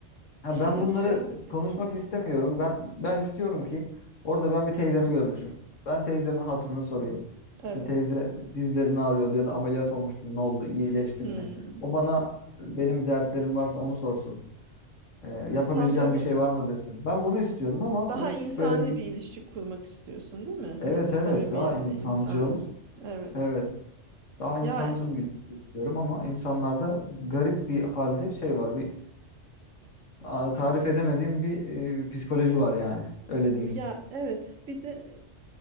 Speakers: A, on the right; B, on the left.
A: <laughs>
B: Ha ben
A: ya
B: bunları
A: siyasete
B: konuşmak
A: geliyor.
B: istemiyorum. Ben ben istiyorum ki orada ben bir teyzemi
A: Hı.
B: görmüşüm. Ben teyzemin hatırını sorayım.
A: Evet.
B: İşte teyze dizlerini ağrıyordu ya da ameliyat olmuştu. Ne oldu? İyileştin
A: Hı.
B: mi? O bana benim dertlerim varsa onu sorsun. Ee, yapabileceğim
A: Sen tabii
B: bir şey var mı desin. Ben bunu istiyorum ama
A: Daha
B: hiç
A: insani
B: böyle bir
A: bir ilişki kurmak istiyorsun, değil mi?
B: evet
A: Yani samimi
B: evet daha insancıl
A: ve insani. Evet.
B: evet daha
A: Ya
B: insancıl bir ilişki istiyorum ama insanlarda garip bir halde şey var. Bir a- tarif edemediğim bir e, psikoloji var yani. Öyle diyeyim.
A: ya evet. Bir de e,